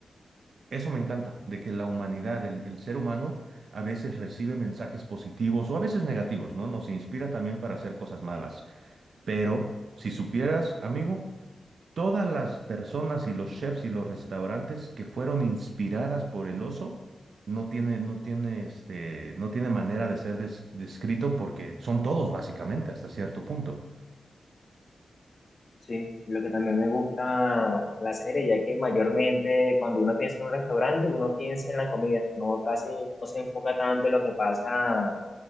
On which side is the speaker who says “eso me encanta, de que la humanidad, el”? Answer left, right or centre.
Right